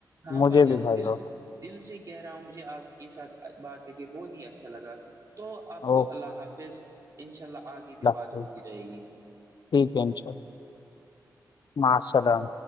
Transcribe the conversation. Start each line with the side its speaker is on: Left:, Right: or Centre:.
Right: ہاں
Left: مجھے
Right: بجن
Left: بھی بھائی
Right: دل
Left: ہو
Right: دل سے کہہ رہا ہوں مجھے آپ کے ساتھ بات کر کے بہت ہی اچھا لگا تو آپ
Left: اوکے
Right: کو اللہ حافظ ان شاء اللہ آگے بھی بات
Left: ٹھیک
Right: ہوتی رہے گی
Left: ہے ان شاء اللہ مسلام